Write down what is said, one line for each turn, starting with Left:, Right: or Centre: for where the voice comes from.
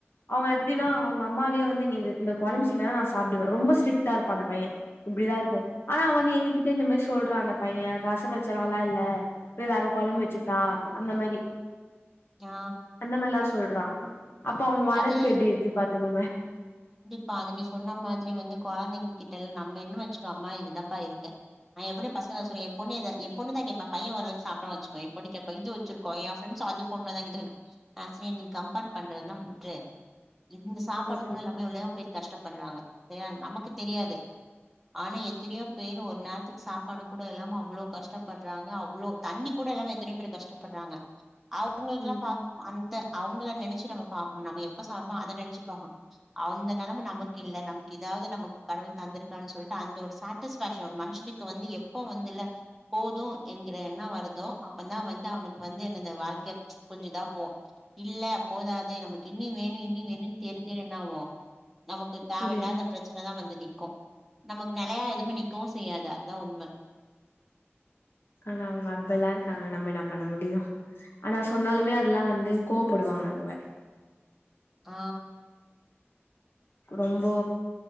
Left: அவுங்க எப்டினா அவுங்க அம்மாவே வந்து நீங்க இந்த குழம்பு செஞ்சாதா நான் சாப்பிடுவேன் ரொம்ப ஸ்ரிட்டா இருப்பான் அந்த பையன் இப்டிதான் இருக்கும் ஆனா வந்து எங்ககிட்ட இந்த மாரி சொல்றான் அந்த பையன் ரசம் வச்ச நல்லா இல்ல இப்ப வேற குழம்பு வச்சுதா அந்த மேரி
Centre: ஆ
Left: இந்த மாரில்லாம் சொல்றான் அப்ப அவுங்க வளர்ப்பு
Centre: அது
Left: எப்டி இருக்கு பாத்துக்கோங்க
Centre: இப்ப அத நீ சொன்ன மாதிரி வந்து குழந்தைங்க கிட்டல் நம்ம இருந்தோ வச்சுக்கோ அம்மா இதுதான்ப்பா இருக்க நான் எப்பவு பசங்க சொன்னே என் பொண்ணே இதே என் பொண்ணு தான் கேப்பா பையன் ஓரளவு சாப்டுருவா வச்சுக்கோயே என் பொண்ணு கேப்பா இது வச்சு கோய என் ஃப்ரெண்ட்ஸ் அது கொண்டு வந்தாங்க இது நா சொன்ன நீ கம்பார் பண்றது தான் ஏ இந்த சாப்பாடு
Left: ஓகே
Centre: கூட இல்லாமே எவ்ளோவோ பேர் கஷ்டப்படுறாங்க சரியா நமக்கு தெரியாது ஆனா எத்தனையோ பேரு ஒரு நேரத்துக்கு சாப்பாடு கூட இல்லாம அவ்ளோ கஷ்டப் படுறாங்க அவ்ளோ தண்ணி கூட இல்லாம எத்தனையோ பேர் கஷ்டப்படுறாங்க அவங்களுக்கெல்லா
Left: ம்
Centre: பா அந்த அவங்கள நெனச்சு நம்ம பாக்கணும் நம்ம எப்ப சாப்டோம் அதை நினைச்சு பாக்கணும் அந்த நெலம நமக்கு கில்ல நமக்கு இதாவது நமக்கு கடவுள் தந்திருக்கான் சொல்ட்டு அந்த ஒரு சாட்டிஸ்பேக்க்ஷன் மனுஷனுக்கு வந்து எப்போ வந்து இல்ல போதும் என்கிற என்ன வருதோ அப்ப தான் வந்து அவனுக்கு வந்து என்னது வாழ்க்கை கொஞ்ச‌இதா போவோம் இல்ல போதாது நமக்கு இனி வேணும் இனி வேணும் தேடி தேடி என்னாவோம் நமக்கு தேவல்லாத
Left: புரியுது
Centre: பிரச் சன தான் வந்து நீக்கும் நமக்கு நிலையா எதுவுமே நீக்கவும் செய்யாது அதுதான் உண்ம
Left: ஆனா அவுங்க அப்பல்லாம் இருக்காங்க நம்ம என்ன பண்ண முடியும் ஆனா சொன்னாலுமே அதெல்லாம் வந்து கோவப்படுவாங்க அவுங்க
Centre: ஆ
Left: ரொம்போ